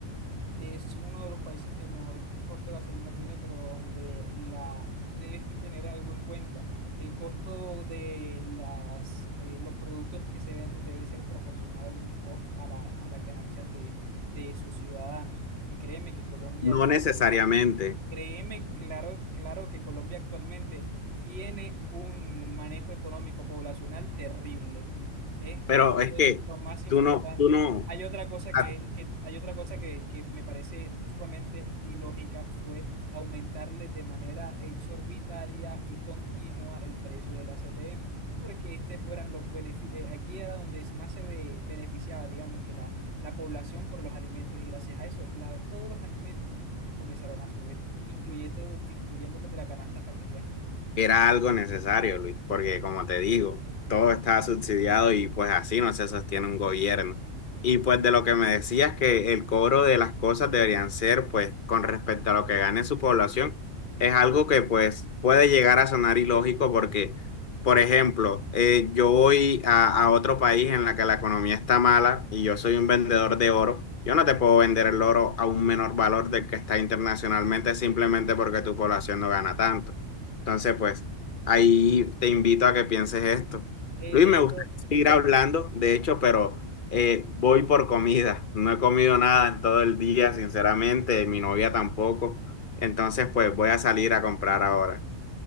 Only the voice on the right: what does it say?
Es uno de los países que menor costo de gasolina tiene, pero donde la debes que tener algo en cuenta. El costo de las, eh, los productos que se venden debe ser proporcional al costo, a la- a las ganancias de, de sus ciudadanos. Y créeme que Colombia
actualmente
Créeme, claro, claro que Colombia actualmente tiene un manejo económico poblacional terrible, ¿eh?
Eso
es lo más importante.
Hay otra cosa
que, que- hay otra cosa que, que me parece sumamente ilógica fue aumentarle de manera exorbitaria y continua el precio de la CPM, porque este fueran los beneficios, aquí era donde más se be- beneficiaba, digamos, que la, la población por los alimentos y gracias a eso, la- todos los alimentos comenzaron a subir, incluyendo, incluyendo los de la canasta familiar.
Eh,
de
hecho,